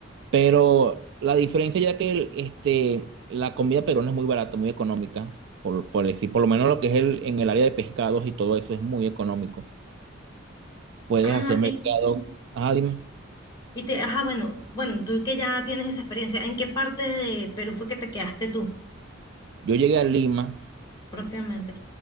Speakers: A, on the right; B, on the left.
A: Pero la diferencia ya que el- este, la comida peruana es muy barata, muy económica, por, por decir, por lo menos lo que es el, en el área de pescados y todo eso es muy económico. Puedes
B: Ah,
A: hacer mercado.
B: y,
A: Ah, dime.
B: y te, ajá, bueno, bueno, tú que ya tienes esa experiencia, ¿en qué parte de Perú fue que te quedaste tú
A: Yo llegué a Lima
B: propiamente?